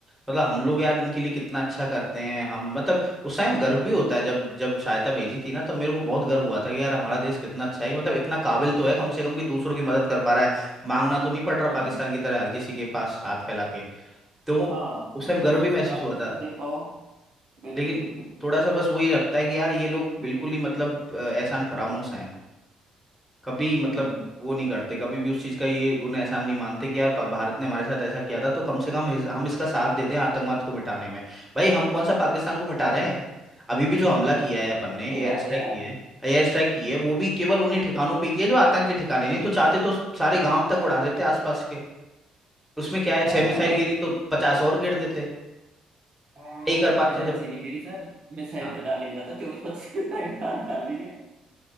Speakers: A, in the centre; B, on the right (about 45°).
A: मतलब हम लोग यार इनके लिए कितना अच्छा करते हैं हम मतलब उस टाइम गर्व भी होता है जब जब सहायता भेजी थी ना तब मेरे को बहुत गर्व हुआ था कि यार हमारा देश कितना अच्छा है कि मतलब इतना काबिल तो है कम से कम कि दूसरों की मदद कर पा रहा है मांगना तो नहीं पड़ रहा
B: हम्म
A: पाकिस्तान की तरह हर किसी के पास हाथ फैला के तो
B: हाँ
A: उस
B: मतलब
A: टाइम गर्व
B: दस
A: भी महसूस
B: आप
A: हुआ
B: किसी
A: था
B: को दे पाओ बिल्कुल
A: लेकिन
B: बिल्कुल बिल्कुल
A: थोड़ा सा बस वही लगता है कि यार ये लोग बिल्कुल ही मतलब अ, एहसान फरामोश हैं कभी मतलब
B: हम्म
A: वो नहीं करते कभी भी उस चीज़ का ये गुण एहसान नहीं मानते कि यार पा- भारत ने हमारे साथ ऐसा किया था तो कम से कम इस- हम इसका साथ दे दें आतंकवाद को मिटाने में भाई हम कौन सा पाकिस्तान को मिटा रहे हैं अभी भी जो हमला किया है अपन ने
B: सही
A: एयर
B: बात
A: स्ट्राइक
B: है यार
A: किया है एयर स्ट्राइक की है वो भी केवल उन्हीं ठिकानों पे की है जो आतंकी ठिकाने नहीं तो चाहते तो सारे गांव तक उड़ा देते आसपास के उसमें क्या है
B: हाँ
A: छह मिसाइल गिरी तो पचास और गिर देते
B: हाँ
A: नहीं कर पाते
B: मिसाइल
A: जब
B: छीनी गिरी सर मिसाइल
A: हाँ
B: तो डाल ली जाता चौबीस पच्चीस मिसाइल डाल डाल ली है